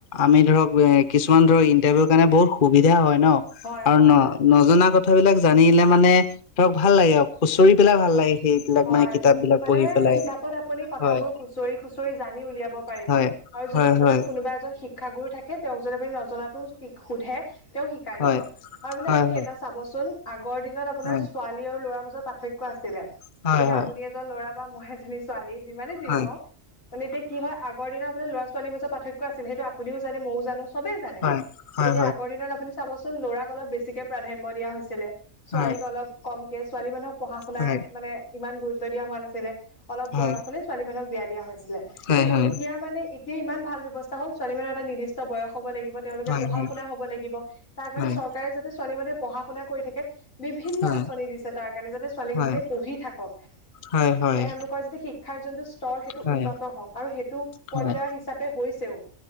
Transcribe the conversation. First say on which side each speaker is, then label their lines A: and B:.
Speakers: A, on the left; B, on the left.
A: আমি ধৰক এ কিছুমান ধৰক ইন্টাৰভিউ কাৰণে বহুত সুবিধা হয় ন
B: হয়
A: আৰু
B: হয়
A: ন নজনা কথাবিলাক জানিলে মানে ধৰক ভাল লাগে আৰু খুঁচৰি পেলাই ভাল লাগে। অলপ
B: হয়
A: মানে কিতাপ বিলাক
B: মানে
A: পঢ়ি পেলাই
B: কিতাপত আপুনি কথাবোৰ
A: হয়
B: খুচৰি - খুচৰি জানি উলিয়াব পাৰিব।
A: হয়
B: আৰু যদি
A: হয়
B: আপোনাৰ
A: হয়
B: কোনোবা এজন শিক্ষাগুৰু থাকে, তেওঁক যদি আপুনি নজনাতো শিক সোধে তেওঁ শি কাই
A: হয়
B: দিব আৰু মানে
A: হয়
B: আপুনি এটা চাবচোন আগৰ দিনত আপোনাৰ
A: হয়
B: ছোৱালী আৰু ল'ৰাৰ মাজত পাৰ্থক্য আছিলে?
A: হয়
B: এতিয়া
A: হয় হয়
B: আপুনি এজন ল'ৰা বা মই এজনী ছোৱালী যিমানে যি
A: হয়
B: নহওক মানে এতিয়া কি হয় আগৰ দিনৰপৰা লৰা' - ছোৱালীৰ মাজত পাৰ্থক্য আছিল, সেইটো আপুনিও জানে ময়ো জানো চবে জানে,
A: হয় হয় হয়
B: এতিয়া আগৰ দিনত আপুনি চাবচোন ল'ৰাক অলপ বেছিকে প্ৰাধান্য দিয়া হৈছিলে ছোৱালীক
A: হয়
B: অলপ কমকে, ছোৱালী মানুহক পঢ়া-শুনা
A: হয় হয়
B: মানে ইমান গুৰুত্ব দিয়া হোৱা নাছিলে, অলপ
A: হয় হয়
B: বয়স হ'লে ছোৱালী মানুহক বিয়া দিয়া হৈছিলে
A: হয়
B: কিন্তু
A: হয়
B: এতিয়া মানে এ তিয়া ইমান ভাল ব্যৱস্থা হ'ল, ছোৱালী মানুহৰ এটা নিৰ্দিষ্ট বয়স হ'ব লাগিব তেওঁলোকে
A: হয়
B: পঢ়া-শুনা
A: হয়
B: হ'ব লাগিব, তাৰ কাৰণে
A: হয়
B: চৰকাৰে যাতে ছোৱালী মানুহে পঢ়া-শুনা কৰি থাকে বিভিন্ন
A: হয়
B: আঁচনি দিছে তাৰ কাৰণে যাতে ছোৱালীকেইজনীয়ে
A: হয়
B: পঢ়ি থাকক,
A: হয় হয়
B: তেওঁলোকৰ যাতে শিক শিক্ষাৰ যোনটো স্তৰ সেইটো
A: হয়
B: উন্নত হওক আৰু সেইটো
A: হয়
B: পৰ্যায়ৰ হিচাপে হৈছেও।